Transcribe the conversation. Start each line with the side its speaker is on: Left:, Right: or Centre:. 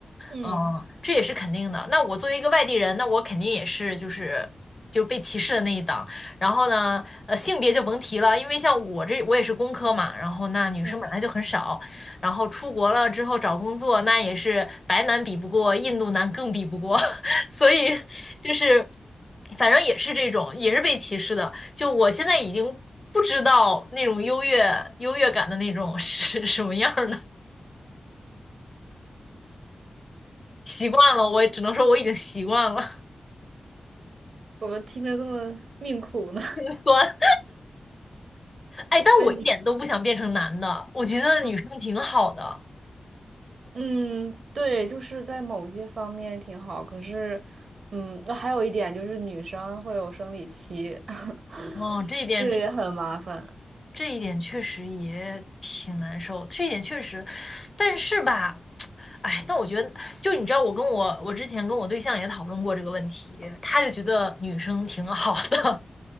Right: 嗯
Left: 嗯，这也是肯定的。那我作为一个外地人，那我肯定也是就是就是被歧视的那一档。然后呢，呃，性别就甭提了，因为像我这我也是工科嘛，然后那女生本来就很少，
Right: 嗯，
Left: 然后出国了之后找工作，那也是白男比不过，印度男更比不过，<laughs> 所以就是反正也是这种，也是被歧视的。就我现在已经不知道那种优越优越感的那种是什么样儿了，习惯了，我只能说我已经习惯了。
Right: 怎么听着这么命苦呢？
Left: <laughs> 酸。哎，但我一点都不想变成男的，
Right: <laughs> 问你，
Left: 我觉得女生挺好的。
Right: <laughs> 嗯嗯，对，就是在某些方面挺好，可是，嗯，那还有一点就是女生会有生理期，<laughs>
Left: 哦，这一点是，
Right: 这个也很麻烦。
Left: 这一点确实也挺难受，这一点确实，但是吧，哎，但我觉得，就你知道，我跟我我之前跟我对象也讨论过这个问题，他就觉得女生挺好的，<laughs>